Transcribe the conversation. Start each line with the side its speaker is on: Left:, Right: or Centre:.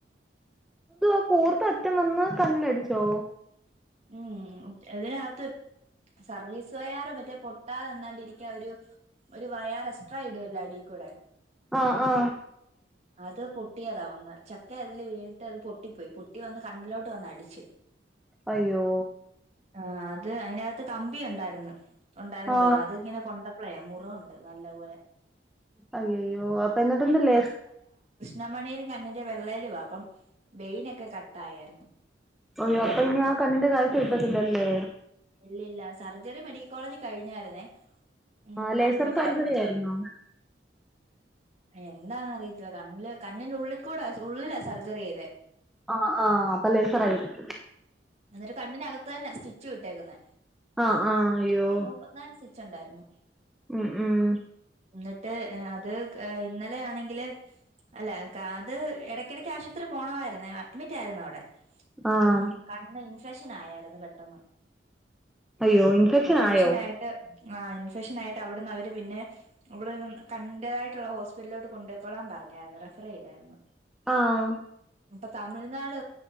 Centre: അ ആ കോർത്ത അറ്റം വന്ന് കണ്ണിലടിച്ചോ.
Right: ഉം ഇതിനകത്ത് സർവീസ് വയറ് മറ്റേ. കിട്ടാതെ തന്നാണ്ടിരിക്കാ ഒരു ഒരു വയർ എറെസ്ട്രാ ഇടല്ലോ അടി കൂടെ.
Centre: ആ ആ.
Right: അത് പൊട്ടിയതാ വന്ന ചക്ക അതില് വീട്ട് അത് പൊട്ടിപ്പോയി പൊട്ടി വന്ന് കണ്ണിലോട്ട് വന്നടിച്ച്.
Centre: അയ്യോ.
Right: ആ് അത് അതിനകത്ത് കമ്പിയ ഉണ്ടായിരുന്നു ഉണ്ടായിന്ന്
Centre: ആ
Right: തോന്നുന്നു അത് ഇങ്ങനെ കൊണ്ട. അളേ മുറുണ്ട് നല്ല പോോലെ.
Centre: അയ്യയ്യോ അപ്പൊ എന്നിട്ട്ന്താ ലേ.
Right: നമ്മ മണലും കണ്ണിൻന്റെ വെള്ളയിലും അപ്പം വെയിനൊക്കെ കട്ട ആായായിരുന്നു.
Centre: ഒയ്യോ അപ്പൊ ഇനി ആ കണ്ണിന്റെ കാഴ്ച കിട്ടത്തില്ലല്ലേ
Right: ഇല്ല ഇല്ല സർജറി മെഡിക്കൽ കോളേജ് കഴിഞ്ഞായിരുന്നേ ഉം
Centre: ആ ലേസർ
Right: അഡ്മിറ്റ്
Centre: സർജറി
Right: ആയിരുന്നു
Centre: ആയിരുന്നോ
Right: എന്താന്ന് അറിയത്തില്ല കണ്ല് കണ്ണിന്റെ ഉള്ളിൽക്കൂടെ ഉള്ളില സർജറി ചെയ്ത്
Centre: ആ ആഹ് പലേസറായിരിക്കും
Right: എന്നിട്ട് കണ്നകത്ത് തന്നെ സ്റ്റിച്ച് ഇ ട്ടേക്കുന്ന
Centre: ആ ആ അയ്യോ
Right: ഇ പത്ത മുപ്പത്തിനാല് സ്റ്റിച്ച് ഉണ്ടായിരുന്നു
Centre: ഉം ഉം
Right: ന്നിട്ട് അത് കെ ഇന്നലെ ആണെങ്കില് അല്ല അത് ഇടക്കിടക്ക് ആശുപത്രി പോണമായിുന്ന അഡ്മിറ്റ് ആയിരുന്നു അവിടെ അപ്പം
Centre: ആ
Right: കണ്ണ് ഇൻഫെക്ഷൻ ആയരുന്നു പെട്ടെന്ന്
Centre: അയ്യോ
Right: ഇൻഫെക്ഷൻ
Centre: ആയോ
Right: ആയിട്ട് ആ ഇൻഫെക്ഷൻ ആയിട്ട് അവിടുന്ന് അവര് പിന്നെ ഇവിടെന്ന് കണ്ടതായിട്ടുള്ള ഹോസ്പിറ്റലിലോട്ട് കൊണ്ടയ്യിക്കോളാൻ പറഞ്ഞായിരുന്നു റഫർ ചെയ്തായിരുന്നു
Centre: ആഹ
Right: ഇപ്പൊ തമിഴ്നാട്